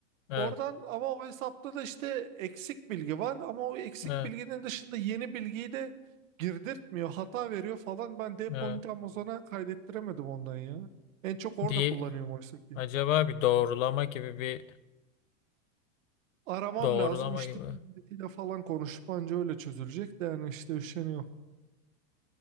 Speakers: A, on the left; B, on the right.
A: evet,
B: Oradan ama o hesapta da işte eksik bilgi var ama o eksik
A: evet,
B: bilginin dışında yeni bilgiyi de girdirtmiyor. Hata veriyor falan. Ben Dpoint
A: evet.
B: Amazon'a kaydettiremedim ondan ya. En çok orada
A: D
B: kullanıyorum oysa ki.
A: acaba bir doğrulama gibi bir
B: Aramam
A: doğrulama
B: lazım müşteri
A: gibi.
B: hizmetiyle falan konuşup anca öyle çözülecek de yani işte üşeniyorum.